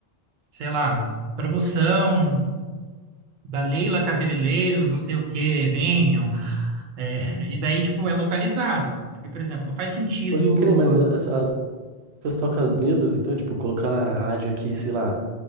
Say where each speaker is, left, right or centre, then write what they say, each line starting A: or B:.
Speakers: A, on the right (about 55°); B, on the right (about 85°).
A: sei lá, promoção da Leila Cabeleireiros, não sei o quê, venham. É, e daí, tipo, é localizado. Porque, por exemplo, não faz sentido.
B: Pode crer, mas as, as músicas tocam as mesmas, então, tipo, colocar na rádio aqui, sei lá,